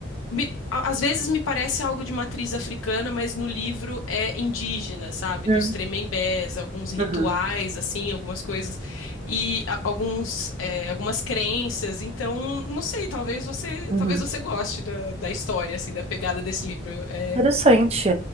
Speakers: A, on the left (about 85°); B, on the right (about 30°).
A: me- a- às vezes me parece algo de matriz africana, mas no livro é indígena, sabe?
B: Hum,
A: Dos tremembés, alguns rituais,
B: Uhum,
A: assim, algumas coisas, e a- alguns, é, algumas crenças. Então, não sei, talvez você,
B: uhum.
A: talvez você goste da, da história, assim, da pegada desse livro. É,
B: interessante.